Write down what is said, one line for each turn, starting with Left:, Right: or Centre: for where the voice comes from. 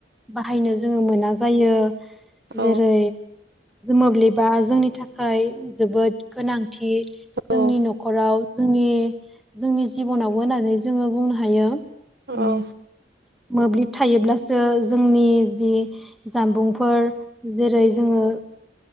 Centre: बाहायनो जोङो मोना जायो।
Right: औ
Centre: जेरै मोब्लिबा जोंनि थाखाय जोबोद गोनांथि।
Right: औ
Centre: जोंनि न'खराव जोंनि जोंनि जिब'नावबो होननानै जोङो बुंनो हायो।
Right: औ
Centre: उम मोब्लिब थायोब्लासो जोंनि जि जामबुंफोर जेरै जोङो